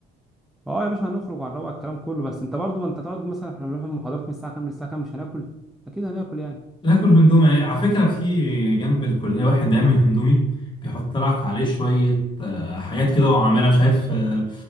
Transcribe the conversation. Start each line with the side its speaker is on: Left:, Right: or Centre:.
Centre: اه يا باشا هنخرج وهنروق الكلام كله بس انت برضو ما انت تقعد مثلا احنا بنروح المحاضرات من الساعه كام للساعه كام مش هناكل اكيد هناكل يعني
Left: ناكل هندومي يعني على فكرة في جنب الكلية واحد بيعمل هندومي بيحط لك عليه شوية آه، حاجات كده وعاملها شايف آه،